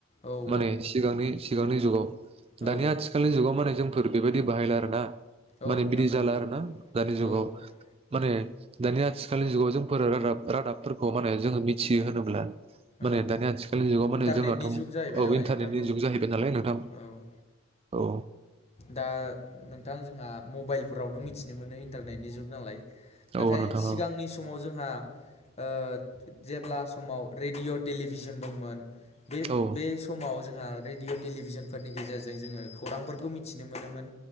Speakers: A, on the left (about 35°); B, on the right (about 30°).
A: औ
B: माने सिगांनि सिगांनि जुगाव
A: औ
B: दानि आथिखालनि जुगाव माने जों फोर बेबायदि बाहायला आरोना
A: औ
B: माने
A: नोंथां
B: बिदि
A: औ
B: जाला
A: औ
B: आरोना दानि जुगाव
A: औ
B: माने दानि आथिखालनि जुगाव जोंफोर रादाब रादाबफोरखौ माने जोङो मिथियो होनोब्ला माने
A: औ
B: दानि आथिखालनि जुगाव
A: इन्टारनेटनि
B: माने जोंनाथ'
A: जुग जाहैबाय
B: औ
A: नालाय
B: इन्टारनेटनि
A: नोंथां औ
B: जुग जाहैबाय नालाय नोंथां
A: औ
B: औ
A: दा नोंथां जोंहा मबाइलफोरावनो मिनथिनो मोनो इन्टारनेटनि जुग नालाय नाथाय
B: औ नोंथां
A: सिगांनि
B: औ
A: समाव जोंहा ओ जेब्ला समाव रेडिअ' टेलिब भिजोन दंमोन बे
B: औ
A: बे समाव जोंहा रेडिअ' टेलिभिसनफोरनि गेजेर जों जोङो खौरांफोरखौ मिनथिनो मोनोमोन